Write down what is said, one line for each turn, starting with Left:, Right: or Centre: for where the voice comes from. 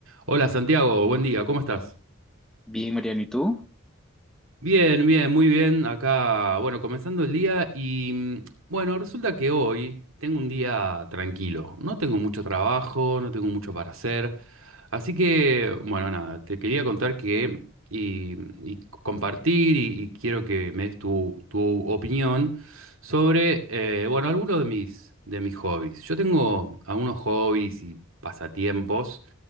Right: Hola Santiago, buen día, ¿cómo estás?
Centre: Bien, Mariano, ¿y tú?
Right: Bien, bien, muy bien. Acá, bueno, comenzando el día y mm, bueno, resulta que hoy tengo un día tranquilo. No tengo mucho trabajo, no tengo mucho para hacer. Así que, bueno, nada, te quería contar que y, y compartir y, y quiero que me des tu, tu opinión sobre, eh, bueno, algunos de mis, de mis hobbies. Yo tengo algunos hobbies y pasatiempos